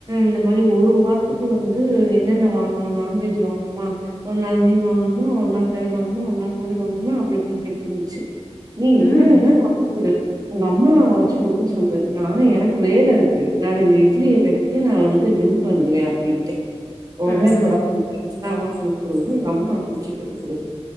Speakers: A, on the right; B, on the left.
A: இந்த மாதிரி ஒரு வாரத்துக்கு வந்து என்னென்ன வாங்கணு நான்வெஜ் வாங்கணுமா ஒரு நாள் மீ வாங்கணும்னா ஒரு நா கறி வாங்கனுமா ஒரு நாள் கோழி வாங்கனுமா அப்படி இப்படின்னு கேட்டுக்கிட்டு இருந்துச்சு நீ
B: ம்
A: என்ன
B: ம்
A: வேனா வாங்கிகுடு உங்க அம்மாா வச்சு குடுக்க சொல்லு நா எனக்கு வேல இருக்கு நா ரெண்டு இட்லிய கட்டிகிட்டு நா வந்து ஜிம்முக்கு வந்துருவ அப்படின்டே ஒரே
B: ம்
A: <unintelligible>